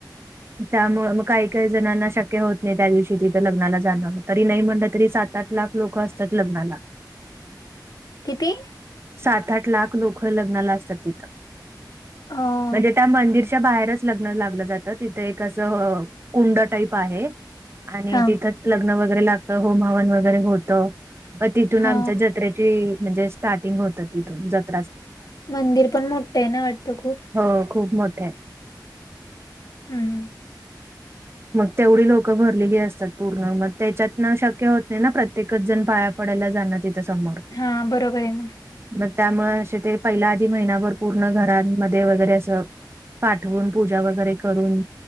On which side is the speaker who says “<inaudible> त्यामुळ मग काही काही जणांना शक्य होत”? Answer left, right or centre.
Right